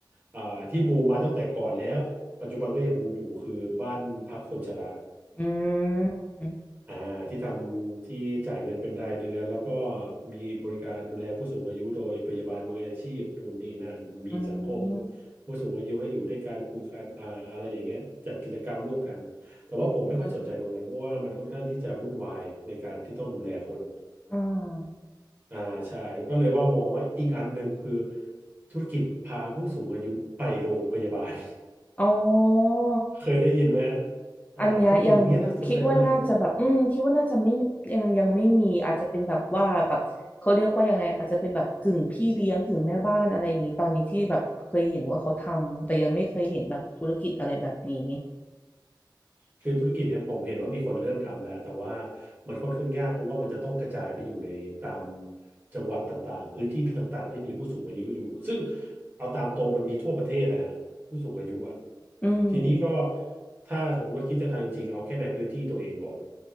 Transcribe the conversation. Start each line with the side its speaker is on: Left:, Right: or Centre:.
Right: อ่าที่บูมมาตั้งแต่ก่อนแล้วปัจจุบันก็ยังบูมอยู่คือบ้านพักคนชรา
Left: อืม
Right: อ่าที่ทำที่จ่ายเงินเป็นรายเดือนแล้วก็มีบริการดูแลผู้สูงอายุโดยพยาบาลมืออาชีพนู่นนี่นั่นมีสังคม
Left: อืม
Right: ผู้สูงอายุให้อยู่ด้วยการคุยกันอ่าอะไรอย่างเงี้ยจัดกิจกรรมร่วมกันแต่ว่าผมไม่ค่อยสนใจตรงนั้นเพราะว่ามันค่อนข้างที่จะวุ่นวายในการที่ต้องดูแลคน
Left: อ่า
Right: อ่าใช่ก็เลยว่ามองว่าอีกอันหนึ่งคือธุรกิจพาผู้สูงอายุไปโรงพยาบาล
Left: อ๋อ
Right: <laughs> เคยได้ยินไหมฮะอ่าธุรกิจตรงเนี้ยน่าสนใจมาก
Left: อันเนี้ยยังคิดว่าน่าจะแบบอืมคิดว่าน่าจะไม่ยังยังไม่มีอาจจะเป็นแบบว่าแบบเขาเรียกว่ายังไงอาจจะเป็นแบบกึ่งพี่เลี้ยงกึ่งแม่บ้านอะไรอย่างนี้ตอนนี้ที่แบบเคยเห็นว่าเขาทำแต่ยังไม่เคยเห็นแบบธุรกิจอะไรแบบนี้
Right: คือธุรกิจเนี่ยผมเห็นว่ามีคนเริ่มทำแล้วแต่ว่ามันค่อนข้างยากเพราะว่ามันจะต้องกระจายไปอยู่ในตามจังหวัดต่างๆพื้นที่ต่างๆที่มีผู้สูงอายุอยู่ซึ่งเอาตามตรงมันมีทั่วประเทศนะฮะผู้สูงอายุอ่ะ
Left: อืม
Right: ทีนี้ก็ถ้าสมมติว่าคิดจะทำจริงๆเอาแค่ในพื้นที่ตัวเองก่อน